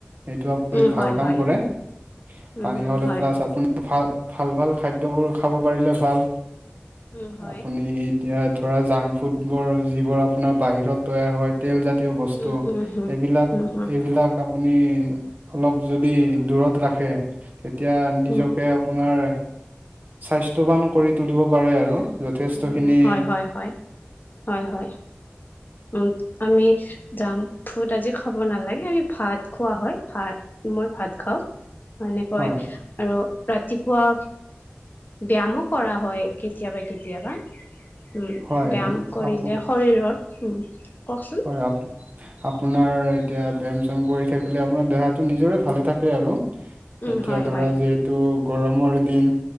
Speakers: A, on the right; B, on the left.
A: এইটো আপুনি
B: উম
A: ভাল
B: হয়
A: কাম
B: হয়
A: কৰে,
B: উম
A: পানী খাবলৈ,
B: উম হয়
A: প্লাছ
B: হয়
A: আপুনি ভাল ভাল, ভাল খাদ্যবোৰ খাব পাৰিলে ভাল,
B: উম হয়
A: আপুনি এতিয়া ধৰা জাংক ফুডবোৰ যিবোৰ আপোনাৰ বাহিৰত তৈয়াৰ হয় তেলজাত জাতীয় বস্তু
B: উম উম হম
A: এইবিলাক
B: উম হম
A: এইবিলাক আপুনি অলপ যদি দূৰত ৰাখে তেতিয়া নিজকে
B: উম
A: আপোনাৰ স্বাস্থ্যৱান কৰি তুলিব পাৰে আৰু। যথেষ্টখিনি
B: উম, উম, হয়, হয়, হয়, হয়, উম, উম। আমি জাং ফুড আজি খাব নালাগে, আমি ভাত খোৱা হয় ভাত, মই ভাত খাওঁ। এনেকৈ
A: হয়
B: আৰু ৰাতিপুৱা ব্যয়ামো কৰা হয়, কেতিয়াবা, কেতিয়াবা। উম,
A: হয়
B: ব্যায়াম কৰিলে,
A: আপ
B: শৰীৰৰ উম। কওকচোন
A: হয় আপ আপোনাৰ এতিয়া ব্যায়াম চ্যায়াম কৰি থাকিলে আপোনাৰ দেহাটো নিজৰে ভালে থাকে আৰু।
B: উম
A: এতিয়া
B: হয়
A: ধৰা
B: হয়
A: যিহেতু গৰমৰ দিন